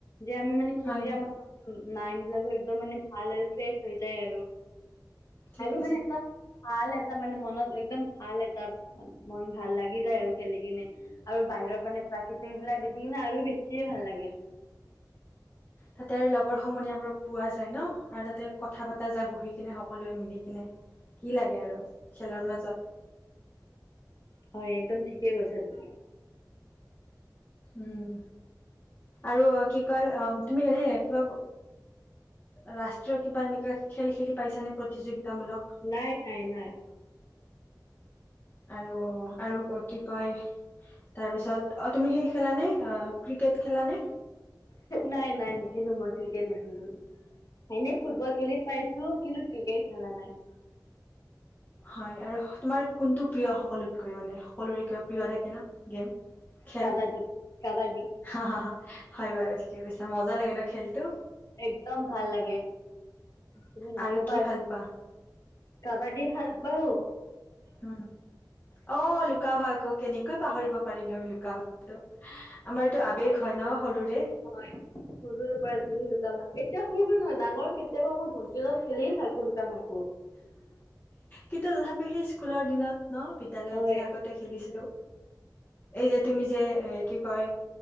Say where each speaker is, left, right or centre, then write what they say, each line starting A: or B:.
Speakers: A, on the left; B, on the left.
A: যে আমি মানে খেলি
B: হয় হয়
A: আমাৰ মাইণ্ড বিলাকো একদম মানে ভাল হৈ ফ্ৰেছ হৈ যায় আৰু
B: ঠিক
A: আৰু
B: কৈছা
A: মানে এটা ভাল এটা মানে মনত একদম ভাল এটা মন ভাল লাগি যায় আৰু খেলি কিনে আৰু বাহিৰৰ মানে প্ৰাকৃতিৰ বিলাক দেখি কিনে আৰু বেছি বেছিয়ে ভাল লাগে।
B: তাতে লগৰ সমনীয়াবোৰক পোৱা যায় ন আৰু তাতে কথা পতা যায় বহি কিনে সকলোৱে মিলি কিনে। কি লাগে আৰু খেলৰ মাজত।
A: হয় একদম ঠিকে কৈছা তুমি।
B: উম আৰু কি কয় তুমি এনে কিবা ৰাষ্ট্ৰীয় কিবা এনেকুৱা খেল খেলি পাইছা নে প্ৰতিযোগিতামূলক?
A: নাই নাই নাই।
B: আৰু আৰু কি কয়? তাৰপিছত অ' তুমি সেই খেলানে ক্ৰিকেট খেলা নে
A: নাই নাই নেখেলো মই ক্ৰিকেট নেখেলো এনে ফুটবল খেলি পাইছোঁ কিন্তু ক্ৰিকেট খেলা নাই।
B: হয় আৰু তোমাৰ কোনটো প্ৰিয় সকলোতকৈ মানে সকলোৰে কিবা প্ৰিয় থাকে ন, গেম খেল
A: কাবাডী কাবাডী
B: হা হা, হয় বাৰু ঠিকে কৈছা। মজা লাগে ন খেলটো।
A: একদম ভাল লাগে তুমি নকবাই,
B: আৰু কি ভাল পোৱা?
A: কাবাডী ভাল পাওঁ।
B: উম অহ লুক লুকা ভাকো কেনেকৈ পাহৰিব পাৰিমনো লুকা ভাকোটো। আমাৰ এইটো আৱেগ হয় ন সৰুৰে।
A: হয় সৰুৰে পৰা যি লুকা ভা, এতিয়া সৰু নহয় ডাঙৰ কেতিয়াবা মই ভণ্টিৰ লগত খেলি থাকো লুকা ভাকো।
B: কিন্তু তথাপি সেই স্কুলৰ দিনত ন বিদ্যালয়
A: হয়
B: যে আগতে খেলিছিলো এই যে তুমি যে এ কি কয়?